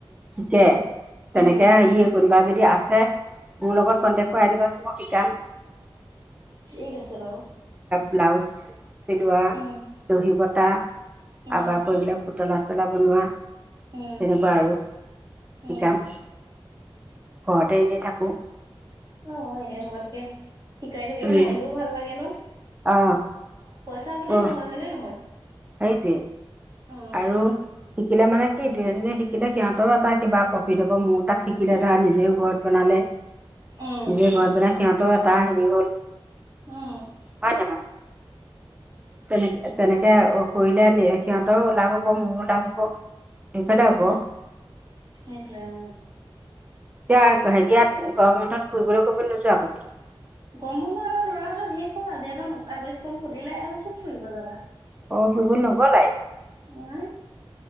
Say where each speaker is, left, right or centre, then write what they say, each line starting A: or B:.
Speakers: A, on the right; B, on the right.
A: কে তেনেকে
B: উম।
A: আহি কোনোবা যদি আছে মোৰ লগত
B: উম,
A: কণ্টেক কৰাই দিবাচুন মোক কি কাম?
B: ঠিক আছে বাৰু।
A: ব্লাউজ উ চিলোৱা
B: উম,
A: দহিবত হোটা
B: উম,
A: আবাব কৰিবলৈ পুতলা মচলা বনোৱা
B: উম,
A: তেনেকুৱা আৰু, শিকাম।
B: উম,
A: ঘৰতে এনেই থাকো।
B: অহ, এনে থকাতকে শিকাই থাকিলে
A: উম
B: মনটোও ভাল লাগে ন।
A: অ
B: পইচা বুলি
A: অ
B: নহয় হয়নে নহয়?
A: সেইটোৱে।
B: উম।
A: আৰু শিকিলে মানে কি দুই এজনীয়ে শিকিলে সিহঁতৰ এটা কিবা প্ৰফিট হ'ব মূ তাত শিকিলে
B: সেইটোৱে।
A: ধৰা নিজেও ঘৰত বনালে যিয়ে
B: উম,
A: ঘৰত বনাই সিহঁত টো এটা হেৰি হ'ল
B: অ।
A: হয় নহয়, তেনেক তেনেকে কৰিলে সিহঁতৰো লাভ হ'ব, মোৰো লাভ হ'ব। দুইফালে
B: উম,
A: হ'ব
B: সেইটোৱে উম।
A: এতিয়া হেৰিয়াত গৰম বন্ধত ফুৰিবলৈ কবলৈ নোযোৱা আগত
B: গৰম বন্ধ আমাৰ লৰাটোৰ শেষ হল আজি এটা <inaudible> স্কুল খুলিলে আৰু কত ফুৰিব যাবা।
A: অ ফুৰিব নগলাই।
B: নাই,